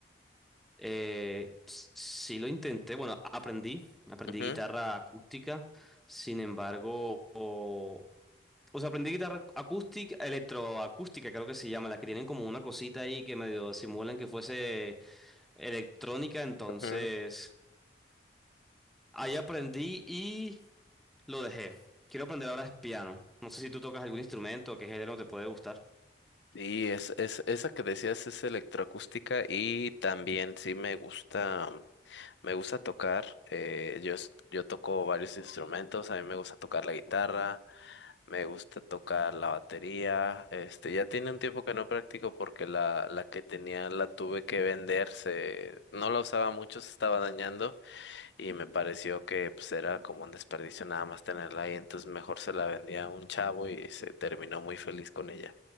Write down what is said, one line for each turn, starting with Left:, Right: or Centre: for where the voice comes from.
Centre: Eh, sí lo intenté, bueno, aprendí, aprendí
Left: Ujú,
Centre: guitarra acústica, sin embargo, o, o sea, aprendí guitarra acústica, electroacústica creo que se llama, las que tienen como una cosita ahí que medio simulan que fuese electrónica, entonces
Left: ujú.
Centre: ahí aprendí y lo dejé. Quiero aprender ahora es piano, no sé si tú tocas algún instrumento, qué género te puede gustar.
Left: Sí, es, es, esa que decías es electroacústica y también sí me gusta, mm, me gusta tocar. eh, yo, es- yo toco varios instrumentos, a mí me gusta tocar la guitarra, me gusta tocar la batería. Este, ya tiene un tiempo que no practico porque la, la que tenía la tuve que vender, se, no la usaba mucho, se estaba dañando. Y me pareció que pues era como un desperdicio nada más tenerla ahí, entonces mejor se la vendía a un chavo y se terminó muy feliz con ella.